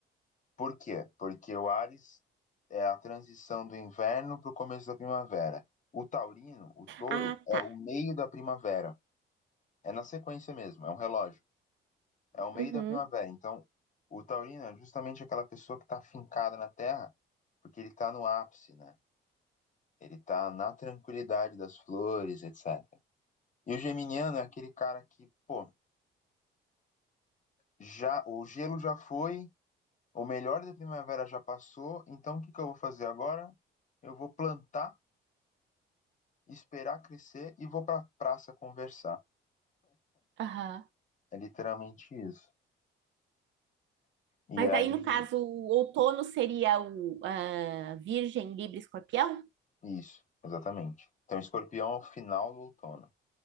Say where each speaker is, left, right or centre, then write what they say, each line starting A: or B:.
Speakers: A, on the left; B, on the right.
A: Por quê? Porque o Ares é a transição do inverno para o começo da primavera. O taurino, o touro,
B: Ah,
A: é
B: tá.
A: o meio da primavera. É na sequência mesmo, é um relógio. É o meio
B: Uhum.
A: da primavera. Então, o taurino é justamente aquela pessoa que está fincada na terra, porque ele está no ápice, né? Ele está na tranquilidade das flores, etc. E o geminiano é aquele cara que, pô, já o gelo já foi, o melhor da primavera já passou, então o que que eu vou fazer agora? Eu vou plantar, esperar crescer e vou para praça conversar.
B: Aham.
A: É literalmente isso. E
B: Mas aí,
A: aí,
B: no caso, o outono seria o ah, Virgem, Libra, e Escorpião?
A: isso, exatamente. Então, escorpião é o final do outono.